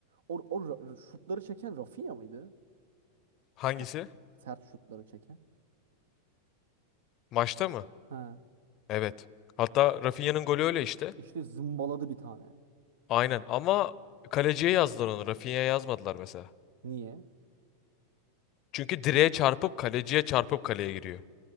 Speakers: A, on the right; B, on the left.
A: O, o ra- şutları çeken Rafinha mıydı?
B: Hangisi?
A: Sert sert şutları çeken.
B: Maçta mı?
A: Ha.
B: Evet. Hatta Rafinha'nın golü öyle işte.
A: İşte zımbaladı bir tane.
B: Aynen ama kaleciye yazdılar onu. Rafinha'ya yazmadılar mesela.
A: Niye?
B: Çünkü direğe çarpıp kaleciye çarpıp kaleye giriyor.